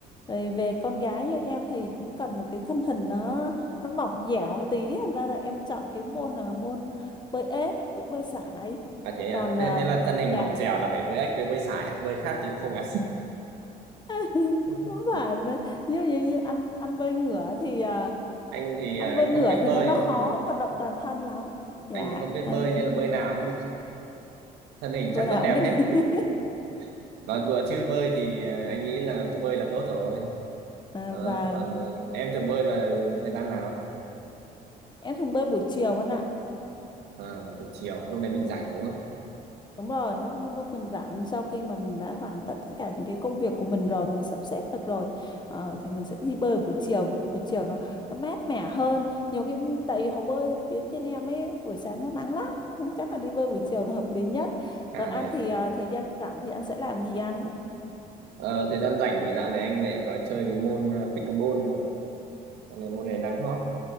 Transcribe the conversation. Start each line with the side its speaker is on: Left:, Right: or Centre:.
Left: Rồi về con gái như em thì cũng cần một cái thân hình nó nó mỏng dẻo một tí, thành ra là em chọn cái môn là môn bơi ếch với bơi sải.
Right: à thế
Left: Còn
Right: à, thế,
Left: à,
Right: thế là thân hình
Left: dạ
Right: mỏng dẻo là phải bơi ếch với bơi sải, à? bơi khác thì không ăn.
Left: <laughs>
Right: <laughs>
Left: không phải mà- như, như, như ăn ăn bơi ngửa thì ờ,
Right: Anh thì
Left: ăn
Right: à,
Left: bơi
Right: anh
Left: ngửa
Right: không biết
Left: thì
Right: bơi,
Left: nó nó khó
Right: ừ.
Left: vận động toàn thân lắm dạ
Right: Anh thì không biết
Left: à,
Right: bơi nên là bơi nào cũng được, thân hình chắc
Left: bữa nào
Right: vẫn đẹp
Left: cũng được
Right: hết.
Left: <laughs>
Right: <laughs> Còn đùa chứ bơi thì à, anh nghĩ là cứ bơi là tốt rồi.
Left: à,
Right: Đó,
Left: và
Right: còn ờ, em thường bơi vào thời gian nào?
Left: em thường bơi buổi chiều anh ạ
Right: À, buổi chiều, à? lúc đấy mình rảnh đúng không?
Left: đúng rồi lúc lúc mình rảnh sau khi mà mình đã hoàn tất tất cả những cái công việc của mình rồi mình sắp xếp được rồi ờ, thì mình sẽ đi bơi buổi chiều buổi chiều nó nó mát mẻ hơn nhiều khi tại vì hồ bơi phía trên em ấy buổi sáng nó nắng lắm nên chắc là đi bơi buổi chiều là hợp lý nhất
Right: À
Left: còn ăn
Right: nè
Left: thì à, thời gian rảnh thì anh sẽ làm gì ăn
Right: Ờ, thời gian rảnh thì dạo này anh lại có chơi cái môn ờ, pickleball nữa. Dạo này môn này đang hot.